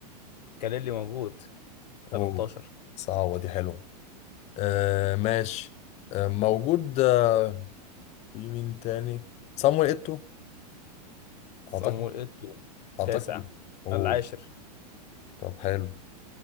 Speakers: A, on the left; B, on the left.
A: كاليلي موجود 13
B: اوه صعبة دي حلوة آه ماشي آه موجود آه، في مين تاني صامويل ايتو اعتقد
A: صامويل ايتو التاسع
B: اعتقد اوه
A: العاشر
B: طب حلو